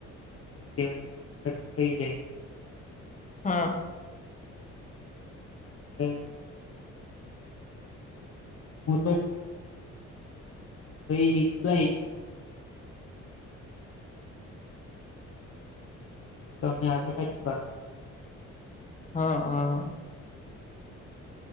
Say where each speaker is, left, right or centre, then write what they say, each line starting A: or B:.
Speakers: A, on the left; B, on the left.
A: <inaudible> થઈ જાય.
B: હા
A: હમ હુ તો ભઈ ગઈ ની ટીવી લગાવી શકાય. તો અમે આવેલા જ સ્ આગળ
B: હા હા